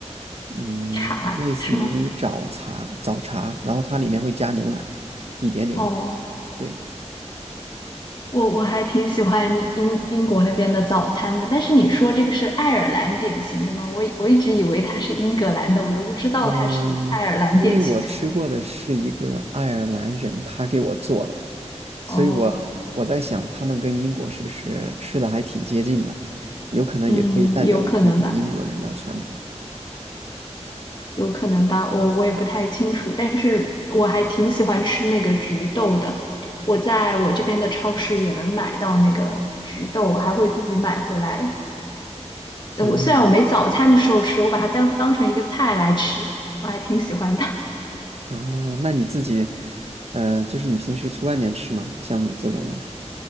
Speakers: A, on the right (about 60°); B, on the left (about 40°).
A: 嗯，
B: 茶，
A: 类似于早茶，
B: 是吗？
A: 早茶，然后它里面会加牛奶，一点点牛。
B: 哦，
A: 对，
B: 我我还挺喜欢英英国那边的早餐的。但是你说这个是爱尔兰典型的吗？我以我一直以为它是英格兰的，我都不知道它是爱尔兰典型的。
A: 嗯，因为我吃过的是一个爱尔兰人，他给我做的，所以我我在想，
B: 哦。
A: 他们跟英国是不是吃的还挺接近的？有可能也可以代表一部分英国人的传统。
B: 嗯，有可能吧，有可能吧，我我也不太清楚，但是我还挺喜欢吃那个菊豆的，我在我这边的超市也能买到那个菊豆，我还会自己买回来。呃我虽然我没早餐的时候吃，
A: 嗯，
B: 我把它当当成一个菜来吃，我还挺喜欢的。<laughs>
A: 啊，那你自己，呃，就是你平时去外面吃吗？像这种，